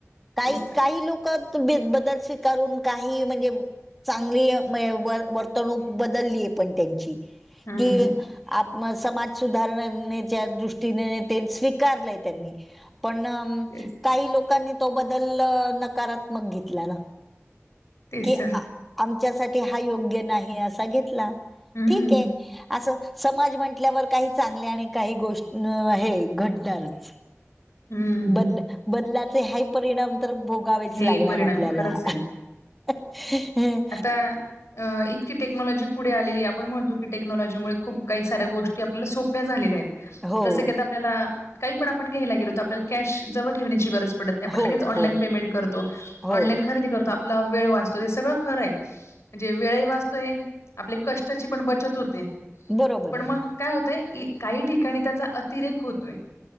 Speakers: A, in the centre; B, on the left.
A: काही
B: तेच तर.
A: काही लोक तर तुम्ही बदल शिक तर वरून काही म्हणजे चांगली वर्तणूक बदलली आहे पण त्यांची.
B: हं,
A: कि
B: हं.
A: आप समाज सुधारणेच्या दृष्टीने ते स्वीकारलंय त्यांनी. पण
B: तेच
A: काही लोकांनी तो बदल नकारात्मक घेतला ना.
B: तेच
A: कि
B: तर.
A: आमच्यासाठी हा योग्य नाही असा घेतला
B: हं,
A: ठीक आहे. असं समाज म्हंटल्यावर काही चांगले आणि काही गोष्ट हे घडणारच.
B: हं, हं.
A: बदल बदलाचे हे परिणाम तर भोगावेच
B: हेही
A: लागणार
B: परिणाम
A: आपल्याला.
B: खरंच आहे ना.
A: हम्म <unintelligible>
B: आता अ इतकी टेक्नॉलॉजी पुढे आलेली आपण म्हणतो की टेक्नॉलॉजी मुळे खूप काही साऱ्या गोष्टी आपल्याला सोप्या झालेल्या आहेत.
A: हो
B: जसं की आता आपल्याला काही पण आपण घ्यायला गेलोत आपल्याला कॅश जवळ ठेवण्याची गरज पडत आपण
A: हो
B: लगेच ऑनलाईन
A: हो
B: पेमेंट करतो
A: हो
B: ऑनलाईन खरेदी करतो आपला वेळ वाचतो ते सगळ खरंय म्हणजे वेळ वाचतोय आपल्या कष्टाची पण बचत होते.
A: बरोबर
B: पण
A: आहे
B: मग काय होतय काही ठिकाणी त्याचा अतिरेक होतोय.